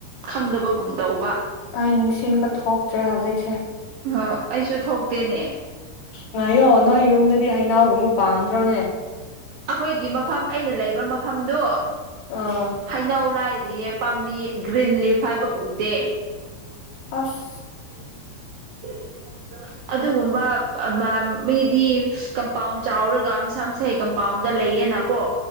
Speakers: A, on the right; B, on the left.
A: ꯈꯪꯗꯕꯒꯨꯝ ꯇꯧꯕ
B: ꯑꯩ ꯅꯤꯡꯁꯤꯡꯕ ꯊꯣꯛꯇ꯭ꯔꯦ ꯍꯧꯖꯤꯛꯁꯦ
A: ꯑꯣꯍꯣ ꯑꯩꯁꯨ ꯊꯣꯛꯇꯦꯅꯦ
B: ꯉꯥꯏꯌꯣ ꯅꯣꯏ ꯌꯨꯝꯗꯗꯤ ꯍꯩꯅꯧꯒꯨꯝꯕ ꯄꯥꯟꯗ꯭ꯔꯣꯅꯦ
A: ꯑꯈꯣꯏꯒꯤ ꯃꯐꯝ ꯑꯩꯅ ꯂꯩꯕ ꯃꯐꯝꯗꯨ
B: ꯑꯣ
A: ꯍꯩꯅꯧ ꯂꯥꯏꯔꯤꯌꯦ ꯄꯥꯝꯕꯤ ꯒ꯭ꯔꯤꯟ ꯂꯤꯐ ꯍꯥꯏꯕ ꯎꯗꯦ
B: ꯑꯁ
A: <unintelligible> ꯑꯗꯨꯒꯨꯝꯕ ꯑꯃ ꯃꯤꯗꯤ ꯀꯝꯄꯥꯎꯟ ꯆꯥꯎꯔꯒ ꯃꯁꯥ ꯃꯁꯥꯒꯤ ꯀꯝꯄꯥꯎꯟꯗ ꯂꯩꯌꯦꯅ ꯀꯣ